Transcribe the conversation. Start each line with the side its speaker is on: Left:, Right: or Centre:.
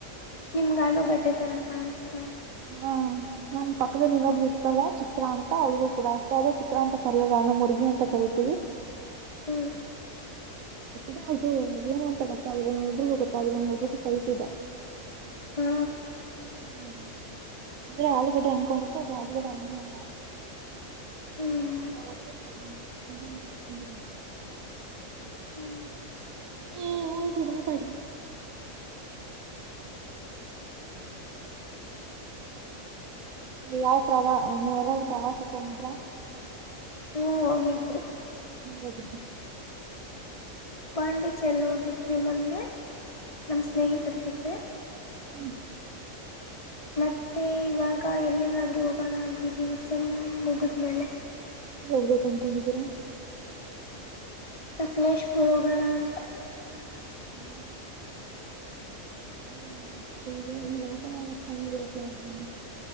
Left: ನಿಮ್ಗ ಆಲೂಗಡ್ಡೆ ತರ ಕಾಣಿಸ್ತ
Right: ಹಾ ನಾನ್ ಪಕ್ಕದಲ್ಲಿ ಇನ್ನೊಬ್ಬಳು ಇರ್ತದೆ ಚಿತ್ರಾ ಅಂತ ಅವಳಿಗೂ ಕೂಡ ಅಷ್ಟೇ ಚಿತ್ರ ಅಂತ ಕರಿಯಲ್ಲ ಮುರ್ಗಿ ಅಂತ ಕರಿತೀವಿ
Left: ಹ್ಮ್
Right: ಡದು ಏನು ಅಂತ ಗೊತ್ತಾಗಿದೆ ಒಬ್ಬರಿಗೂ ಗೊತ್ತಾಗಿದೆ ಒಬ್ಬಗೂ ಸಹಿತತಿದ್ದ
Left: ಹ್ಮ
Right: ಹ್ಮ ಅದೇ ಆಲೂಗಡ್ಡ ಅನುಕೊಂಡ ಆಲೂಗಡ ಅಂದೂ ಉ ಹರ
Left: ಹ್ಞೂ ಹ್ಞೂ ಹ್ಞೂ
Right: ಹ್ಮ್ ಊದಿ ಮಾತಾಡ್ರಿ ಯಾವ ಪ್ರವಾ ನೀವೆಲ್ಲೂ ಪ್ರವಾಸಕ್ಕೆೊಂಡಿದ್ರಾ
Left: ಹ್ಮ ಹೋಗಿದ್ರಿ
Right: ಹ ಹೋಗ
Left: ಪಾಂಡಿಚರಿ ಹೋಗಿದ್ರೆ ಮೊನ್ನೆ ನಮ್ಮ ಸ್ನೇಹಿತರ ಜೊತೆ
Right: ಹ್ಮ್
Left: ಮತ್ತೆ ಇವಾಗ ಎಲ್ಲಿಗಾದ್ರೂ ಹೋಗೋಣ ಅಂತಿದ್ದೀಿ ಸೆಮ್ಮ್ ಮುಗಿದ್ಮೇಲೆ
Right: ಹೋಗ ಅನ್ಕೊಂಡಿದ್ದೀರಾ <inaudible>
Left: ಸಕಲೇಶ್ ಪುರೋಗಣ ಅಂತ
Right: ಹ್ಮ್ ಹ್ಮ ವಾತವರಣ ಸಮಕ್ಕೆ ಆ